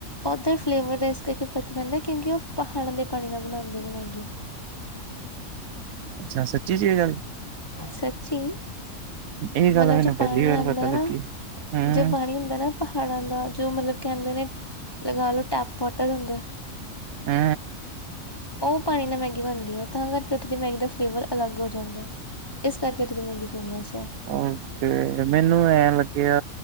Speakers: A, on the left; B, on the right.
A: ਓਧਰ ਫਲੇਵਰ ਦਾ ਇਸ ਕਰਕੇ ਫ਼ਰਕ ਪੈਂਦਾ ਕਿਉਂਕਿ ਉਹ ਪਹਾੜਾਂ ਦੇ ਪਾਣੀ ਨਾਲ ਬਣਾਦੇ ਨੇ ਮੈਗੀ।
B: ਅੱਛਾ ਸੱਚੀ ਚ ਇਹ ਗੱਲ ਐ।
A: ਸੱਚੀ
B: ਇਹ ਗੱਲ
A: ਮਤਲਬ
B: ਮੈਨੂੰ
A: ਜੋ
B: ਪਹਿਲੀ
A: ਪਾਣੀ
B: ਵਾਰ
A: ਆਉਂਦਾ
B: ਪਤਾ
A: ਨਾ
B: ਲੱਗੀ। ਹਮ
A: ਜੋ ਪਾਣੀ ਹੁੰਦਾ ਨਾ ਪਹਾੜਾਂ ਦਾ ਜੋ ਮਤਲਬ ਕਹਿੰਦੇ ਨੇ, ਲਗਾ ਲਓ ਟੈਪ ਵਾਟਰ ਹੁੰਦਾ।
B: ਹੂੰ,
A: ਉਹ ਪਾਣੀ ਨਾਲ ਮੈਗੀ ਬਣਦੀ ਐ ਤਾਂ ਕਰਕੇ ਉੱਥੇ ਦੀ ਮੈਗੀ ਦਾ ਫਲੇਵਰ ਅਲੱਗ ਹੋ ਜਾਂਦਾ ਐ। ਇਸ ਕਰਕੇ ਤੋਂ ਮੈਗੀ ਫੇਮਸ ਐ।
B: ਓਕੇ ਮੈਨੂੰ ਐਂ ਲੱਗਿਆ